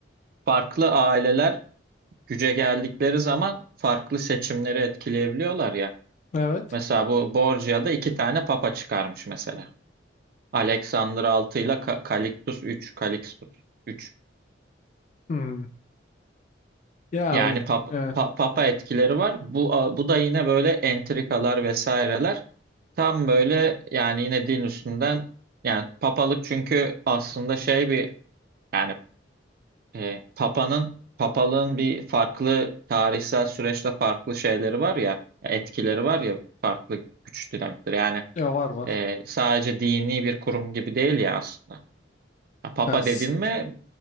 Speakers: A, on the right; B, on the left.
A: farklı aileler güce geldikleri zaman farklı seçimleri etkileyebiliyorlar ya.
B: Evet.
A: Mesela bu Borgia'da iki tane papa çıkarmış mesela. Alexander 6 ile Ka- Calixtus 3. Calixtus 3.
B: Hmm. Ya
A: Yani
B: ül-
A: pap
B: e,
A: pa- papa etkileri var. Bu a- bu da yine böyle entrikalar vesaireler. Tam böyle yani yine din üstünden yani papalık çünkü aslında şey bir yani e, papanın papalığın bir farklı tarihsel süreçte farklı şeyleri var ya etkileri var ya farklı güç dinamikleri. Yani
B: ya var var.
A: e, sadece dini bir kurum gibi değil ya aslında. Ya, papa
B: Ya, s-
A: dedin mi